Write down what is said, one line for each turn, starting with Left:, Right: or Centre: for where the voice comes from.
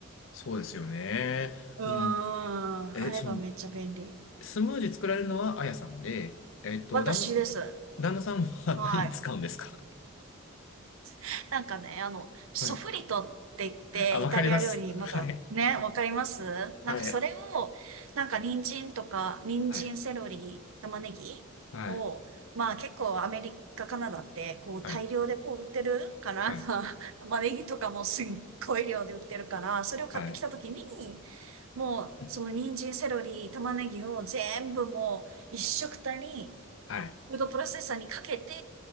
Left: そうですよね。
Right: うーん、
Left: うん。え、
Right: あればめっちゃ便利。
Left: その、スムージー作られるのはあやさんで、えっと、
Right: 私です。
Left: 旦那さん、旦那さんは何使うんですか
Right: はい。<laughs> なんかね、あの、ソフリトって言って、
Left: はい。あ、わかります。
Right: イタリア料理、また、
Left: はい。
Right: ね、わかりますなんかそれを、
Left: はい。
Right: なんか人参とか、人参、
Left: はい。
Right: セロリ、玉ねぎを、
Left: はい。
Right: まあ結構アメリカ、カナダって、こう大量でこう売ってるから、
Left: はい。はい。
Right: <laughs> 玉ねぎとかもすっごい量で売ってるから、それを買ってきたときに、
Left: はい。
Right: もう、
Left: うん
Right: その人参、セロリ、玉ねぎを全部もう一食たに
Left: はい。
Right: フードプロセッサーにかけて、